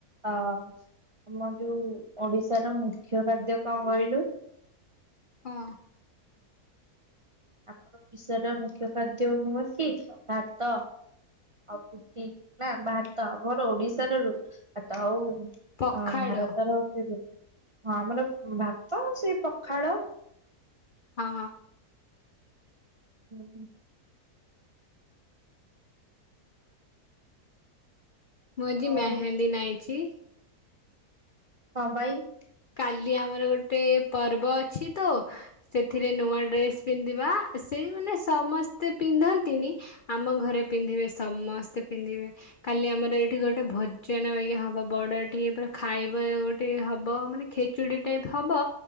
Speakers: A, on the right; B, on the left.
A: ଅ ଆମର ଯୋଉ ଓଡିଶାର ମୁଖ୍ୟ ଖାଦ୍ୟ କଣ କହିଲୁ?
B: କଁ?
A: ଆମର ଓଡିଶାର ମୁଖ୍ୟ ଖାଦ୍ୟ ନୁହଁ କି ଭାତ ଆଉ ରୁ ଟି ନା ଭାତ ଆମର ଓଡିଶାର ରୁଟ୍ ଭାତ ହଉ
B: ପଖାଳ
A: ଅ ଭାରତର ହଉଚି ରୁଟ୍ ହଁ ଆମର ଭାତ ସେ ପଖାଳ।
B: ହଁ।
A: ହୁଁ।
B: ମୁଁ ଆଜି
A: ଆଉ
B: ମେହେନ୍ଦୀ ନାଇଛି।
A: ହଁ ବା ଏଇ
B: କାଲି ଆମର ଗୋଟେ ପର୍ବ ଅଛି ତ ସେଥିରେ ନୂଆ ଡ୍ରେସ ପିନ୍ଧିବା ଆ ସେଇମାନେ ସମସ୍ତେ ପିନ୍ଧନ୍ତିନି ଆମ ଘରେ ପିନ୍ଧିବେ ସମସ୍ତେ ପିନ୍ଧିବେ। କାଲି ଆମର ଏଇଠି ଗୋଟେ ଭୋଜନ ଇ ହବ ବଡ ଏଠି ପୁରା ଖାଇବା ଗୋଟେ ହବ ମାନେ ଖେଚୁଡି ଟାଇପ ହବ